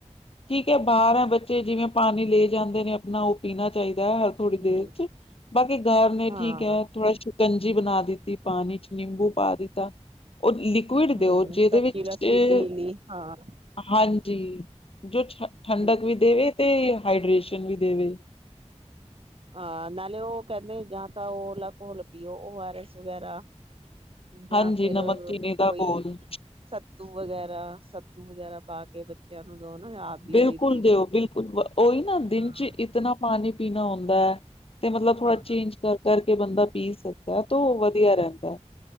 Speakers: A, on the left (about 50°); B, on the right (about 50°).
A: ਠੀਕ ਹੈ, ਬਾਰਾਂ ਬੱਚੇ ਜਿਵੇਂ ਪਾਣੀ ਲੈ ਕਹਿੰਦੇ ਨੇ ਆਪਣਾ ਉਹ ਪੀਣਾ ਚਾਹੀਦਾ। ਕਿਆ ਹੈ ਥੋੜੀ
B: ਹਮ
A: ਦੇਰ ਚ 'ਬਾਕੀ ਗਰ ਨੇ
B: ਹਾਂ
A: ਠੀਕ ਹੈ ਥੋੜਾ- ਕੰਜੀ ਬਣਾ ਦਿੱਤੀ। ਪਾਣੀ ਚ ਨਿੰਬੂ ਪਾ ਦਿੱਤਾ। ਉਹ ਲਿਕੁਇਡ ਦਿਓ
B: ਹਮ
A: ਜਿਹਦੇ
B: ਕੱਚੀ
A: ਵਿੱਚ
B: ਲੱਸੀ
A: ਤੇ
B: ਪੀ ਲਈ ਹਾਂ
A: ਹਾਂਜੀ। ਜਿਚ ਠੰਡਕ
B: ਹਮ
A: ਵੀ ਦੇਵੇ ਤੇ ਹਾਈਡਰੇੇਸ਼ਨ ਵੀ ਦੇਵੇ। <inaudible>
B: ਹਾਂ ਨਾਲੇ ਉਹ ਕਹਿੰਦੇ, ਜਾਂ ਤਾਂ ਓਲਾ ਘੋਲ ਪੀਓ ਓ ਆਰ ਐਸ ਵਗੈਰਾ। ਜਾਂ
A: ਹਾਂਜੀ
B: ਫਿਰ
A: ਨਮਕ ਚੀਨੀ ਦਾ
B: ਕੋਈ
A: ਘੋਲ
B: ਸ ਸੱਤੂ ਵਗੈਰਾ। ਸੱਤੂ ਵਗੈਰਾ ਪਾ ਕੇ ਬੱਚਿਆਂ ਨੂੰ- ਦੋ ਨਾ ਆਪ ਵੀ
A: ਬਿਲਕੁਲ
B: ਉਹੀ ਪੀਓ
A: ਦਿਓ। ਬਿਲਕੁਲ, ਉਹੀ ਨਾ ਦਿਨ
B: ਹਾਂ
A: ਚ ਇਤਨਾ ਪਾਣੀ- ਪੀਣਾ ਹੁੰਦਾ ਏ। ਤੇ ਮਤਲਬ ਥੋੜਾ
B: ਹਾਂ
A: ਚੇਂਜ ਕਰ ਕਰ- <unintelligible> ਪੀ ਸਕਦਾ ਤੋ ਉਹ ਵਧੀਆ ਰਹਿੰਦਾ।